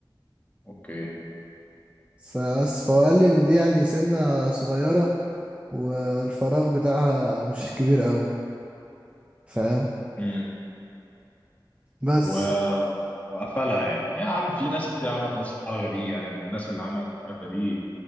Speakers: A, on the left (about 20°); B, on the right (about 15°).
A: اوكي
B: س- بس فهو قال لي ان دي يعني سنة صغيرة والفراغ بتاعها مش كبير قوي فاهم
A: امم
B: بس
A: و... وقفلها يعني يا عم في ناس كتير عملت نفس الحركه دي يعني من الناس اللي عملت الحركه دي